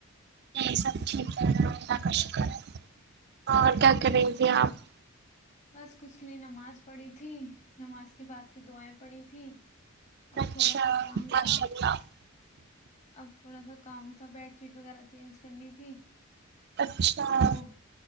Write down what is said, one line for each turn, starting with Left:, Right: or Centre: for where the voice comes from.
Right: یہی سب ٹھیک ہے اللہ کا شکر ہے اور کیا کریں گے آپ
Left: بس کچھ نہیں نماز پڑھی تھی نمس کی بات کی دعائیں پڑی تھیں اب
Right: اچھا
Left: تھوڑا سا کام
Right: ماشاء
Left: تھا
Right: اللہ
Left: اب تھوڑا سا کام تھا بیڈ شیٹ وغیرہ چینج کرنی تھی
Right: اچھا
Left: تو وہ